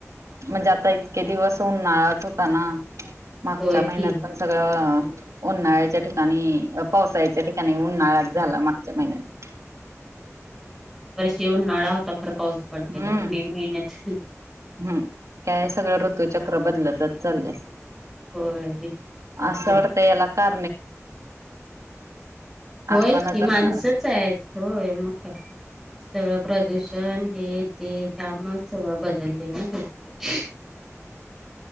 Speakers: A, on the right (about 75°); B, in the centre.
A: म्हणजे आता इतके दिवस उन्हाळ्यात होता ना. मागच्या
B: होय
A: महिन्यात
B: की
A: पण सगळं उन्हाळ्याच्या ठिकाणी पावसाळच्या ठिकाणी उन्हाळा झाला मागच्या महिन्यात
B: जेवण नाळा होता फर पाऊस पडलेला
A: हम्म
B: मे महिन्यात.
A: हम्म काय सगळ्या ऋतू चक्र बदलतच चाललं.
B: होय विचित्रच आहे
A: असं
B: सगळं
A: वाटतं याला का.
B: होयच
A: आपणच
B: की माणसच
A: असणार
B: आहेत होय मग काय. सगळं प्रदूषण हे ते त्यामुळे सगळं बदललेलं आहे.